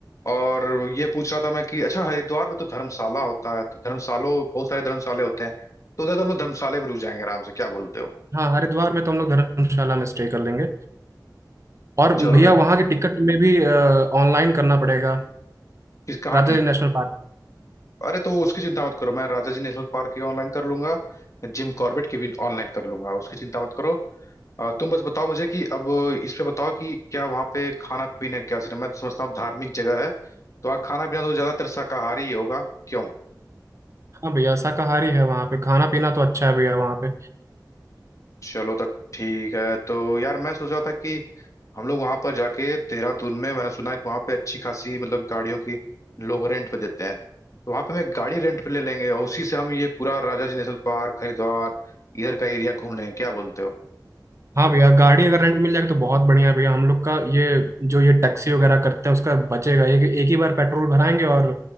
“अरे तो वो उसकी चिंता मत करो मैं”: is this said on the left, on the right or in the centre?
Left